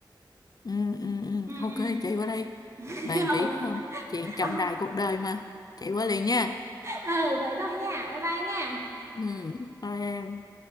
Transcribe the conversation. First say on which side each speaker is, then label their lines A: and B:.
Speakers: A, on the left; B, on the right.
A: ừ, ừ, ừ.
B: ừ ừ
A: ok chạy qua đây
B: <laughs>
A: bàn
B: ừ
A: kỹ hơn chuyện trọng
B: Ờ,
A: đại cuộc đời mà chạy qua liền nha
B: ờ, vậy thôi nha bye bye nha
A: ừ, thôi em